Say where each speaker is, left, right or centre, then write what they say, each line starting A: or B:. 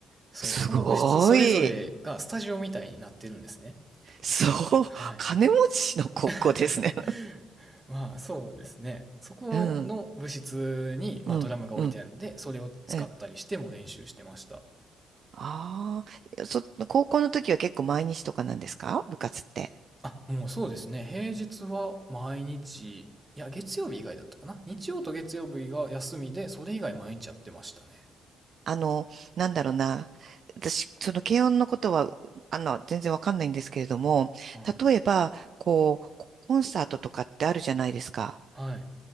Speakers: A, on the right; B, on the right.
A: そう、
B: すごい。
A: その部室それぞれがスタジオみたいになってるんですね。
B: そう。<laughs>
A: はい。
B: 金持ちの高校ですね。
A: <laughs> まあそうですね。そこの部室に、
B: <laughs> うん、
A: まあ、
B: うん、
A: ドラムが置いてあるんで、
B: うん。
A: それを使ったりしても練習してました。
B: ええ。ああ、そ、高校の時は結構毎日とかなんですか部活って。
A: あ、もうそうですね。平日は毎日、いや、月曜日以外だったかな。日曜と月曜日が休みで、それ以外毎日やってましたね。
B: あの、なんだろうな。私、その軽音のことは、あの、全然わかんないんですけれども、
A: はい。
B: 例えば、こう、ココンサートとかってあるじゃないですか。
A: はい。